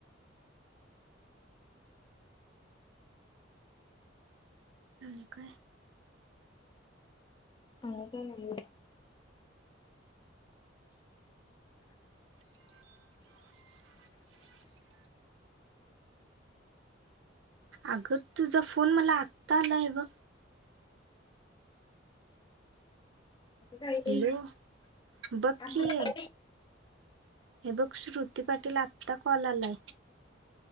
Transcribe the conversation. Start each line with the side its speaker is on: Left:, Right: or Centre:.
Right: आणिने काय
Left: अ का नाही
Right: अग तुझा फोन मला आत्ता आलाय बघ
Left: असं काय
Right: हॅलो
Left: ते
Right: बघ
Left: असं
Right: कि ये
Left: काय
Right: हे बघ श्रुती पाटील आता कॉललाय